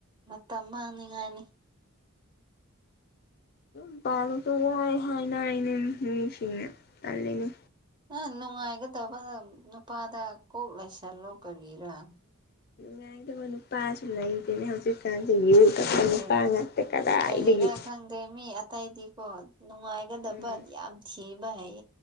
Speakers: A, on the right (about 20°); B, on the left (about 50°).
A: ꯇꯃ ꯍꯥꯡꯅꯤꯡꯉꯥꯏꯅꯤ
B: ꯃꯇꯔꯁꯨ ꯋꯥꯏ ꯍꯥꯏꯅ ꯏꯩꯅ ꯃꯤꯁꯤꯅꯦ ꯑꯅꯦ
A: ꯅꯪ ꯅꯨꯡꯉꯥꯏꯒꯗꯕ ꯅꯨꯄꯥꯗ ꯀꯣꯛ ꯂꯩꯁꯜꯂꯣ ꯀꯔꯤꯔꯥ
B: ꯃꯗꯤ ꯃꯅ ꯄꯥꯁꯨ ꯂꯩꯏꯗꯅꯤ ꯍꯧꯖꯤꯛꯀ ꯌ ꯀ ꯀꯅꯤꯄꯥꯉꯇꯦ
A: ꯑꯦ
B: ꯀꯗꯥ
A: ꯀꯔꯤꯔꯥ
B: ꯏꯒꯤ
A: ꯈꯪꯗꯦ ꯃꯤ ꯑꯇꯩꯗꯤꯀꯣ ꯅꯨꯡꯉꯥꯏꯒꯗꯕ
B: ꯎꯝ
A: ꯌꯥꯝ ꯊꯤꯕ ꯚꯥꯏ